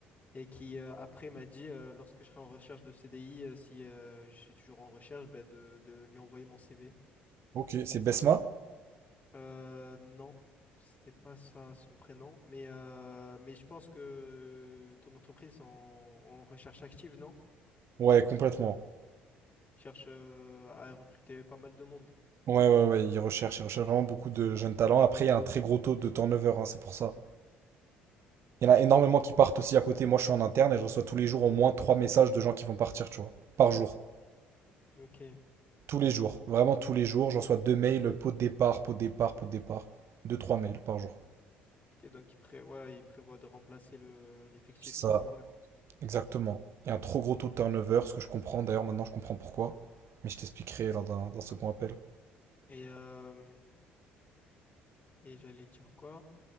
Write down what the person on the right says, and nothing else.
Ok, c'est Besma?
Ouais, complètement.
Ouais, ouais, ouais, ils recherchent, ils recherchent vraiment beaucoup de jeunes talents. Après, il y a un très gros taux de turnover, hein, c'est pour ça. Il y en a énormément qui partent aussi à côté. Moi, je suis en interne et je reçois tous les jours au moins trois messages de gens qui vont partir, tu vois. Par jour.
Tous les jours. Vraiment tous les jours. Je reçois deux mails, pot de départ, pot de départ, pot de départ. Deux, trois mails par jour.
C'est
ça.
Exactement. Il y a un trop gros taux de turnover, ce que je comprends. D'ailleurs, maintenant, je comprends pourquoi. Mais je t'expliquerai lors d'un d'un second appel.